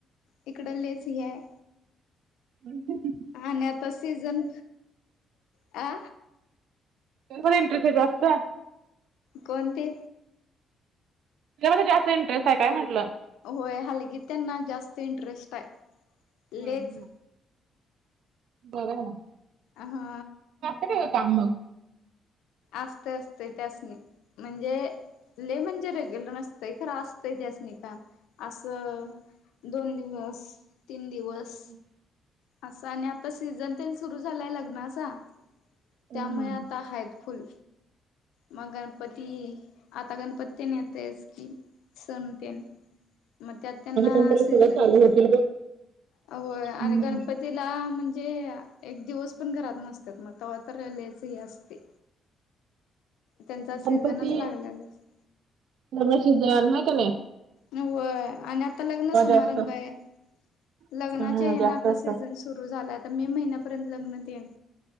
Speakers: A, on the left; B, on the right.
A: इकड लेस ही आहे.
B: एक.
A: आणि आता सीझन अ.
B: मी पण एंट्रीत आहे जास्त.
A: कोण ते.
B: तुज्यामध्ये जासत इंटरेस्ट काय म्हटलं.
A: होय हलगी त्यांना जास्त इंटरेस्ट आहे
B: हम्म
A: लेच.
B: बरं ना.
A: अ हा,
B: होत काम मग,
A: असते असते त्यासणी म्हणजे ले म्हणजे रेग्युलर नसते. खर असतंय त्यासनी काम असं दोन दिवस तीन दिवस,
B: हम्म,
A: असं आणि आता सीझन ते सुरू झालाय लग्नाचा,
B: हम्म
A: त्यामुळे आता आहेत फुल! मग गणपती आता गणपती तेन येतयचकी. सण तेन मग त्यात त्यांना
B: आता संपलं
A: सीझन.
B: सगळं चालू होतील बघ
A: होय आणि
B: हम्म
A: गणपती, तिला म्हणजे एक दिवस पण घरात नसतता मग तव्हा तर लयच ह असते. त्यांचा सीझनच
B: गणपती
A: लागलेला असतो.
B: नगराक्षी देन आहेय काने,
A: होय आणि आता लग्न समारंभ
B: जास्त
A: आहे लग्नाच्या
B: हम्म
A: हेन
B: जास्त
A: आता
B: असतात
A: सीझनच, सुरू झाला आता मे महिन्यापर्यंत लग्न तेन?